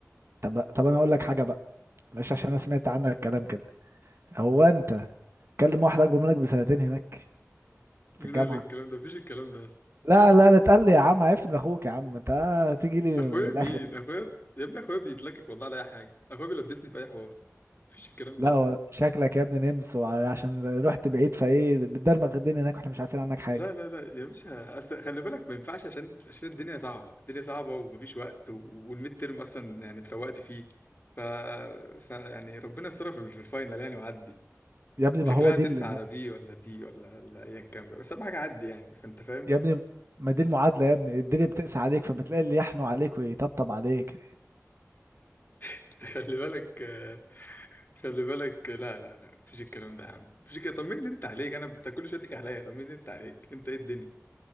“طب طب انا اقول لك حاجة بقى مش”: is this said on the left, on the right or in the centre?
Right